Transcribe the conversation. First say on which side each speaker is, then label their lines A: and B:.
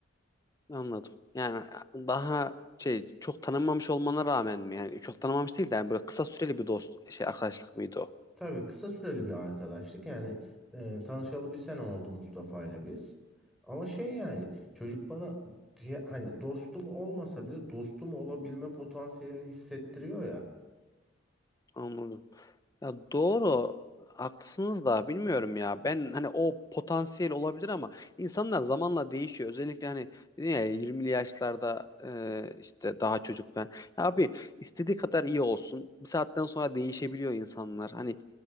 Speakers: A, on the left; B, in the centre.
A: Anladım. Yani e, daha şey çok tanınmamış olmana rağmen mi? Yani çok tanınmamış değil de yani böyle kısa süreli bir dost şey arkadaşlık mıydı o?
B: Tabii kısa süreli bir arkadaşlık. Yani e, tanışalı bir sene oldu Mustafa ile biz. Ama şey yani çocuk bana diye, hani dostum olmasa bile dostum olabilme potansiyelini hissettiriyor ya.
A: Anladım. Ya doğru haklısınız da bilmiyorum ya. Ben hani o potansiyel olabilir ama insanlar zamanla değişiyor. Özellikle hani dedin ya 20'li yaşlarda e, işte daha çocuk falan. Ya abi istediği kadar iyi olsun. Bir saatten sonra değişebiliyor insanlar. Hani